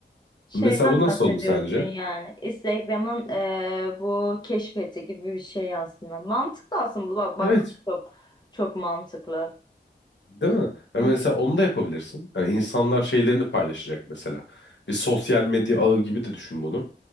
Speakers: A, on the left; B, on the left.
A: Şeyden
B: Mesela bu nasıl
A: bahsediyorsun
B: olur sence?
A: yani. Instagram'ın eee, bu keşfeti gibi bir şey aslında. Mantıklı aslında bu. Bak bak
B: Evet
A: bu çok çok mantıklı.
B: Değil mi? Ya
A: Hı
B: mesela
A: hı.
B: onu da yapabilirsin. Yani insanlar şeylerini paylaşacak mesela. Bir sosyal medya ağı gibi de düşün bunu.